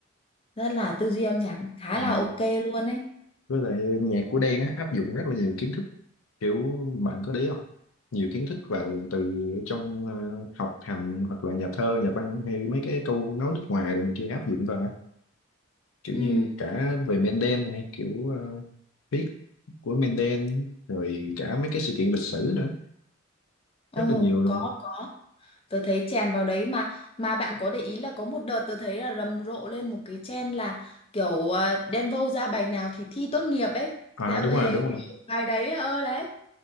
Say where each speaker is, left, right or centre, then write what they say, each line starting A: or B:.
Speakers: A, on the left; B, on the left.
A: rất là tư duy âm nhạc khá
B: ừ.
A: là ok luôn ấy
B: với lại nhạc của Đen á áp dụng rất là nhiều kiến thức kiểu bạn có đấy không nhiều kiến thức vào từ trong ờ, học hành hoặc là nhà thơ nhà văn hay mấy cái câu nói nước ngoài rồi này kia áp dụng vào á. kiểu
A: Ừ.
B: như cả về Mendel này kiểu ờ, viết của Mendel rồi cả mấy cái sự kiện lịch sử nữa
A: Ồ,
B: rất là nhiều luôn
A: có có, tớ thấy chèn vào đấy mà mà bạn có để ý là có một đợt tớ thấy là rầm rộ lên một cái trend là kiểu ờ, Đen ra bài nào thì thi tốt nghiệp ấy
B: à
A: sẽ
B: đúng
A: về
B: rồi đúng
A: kiểu
B: rồi
A: bài đấy ơ đấy.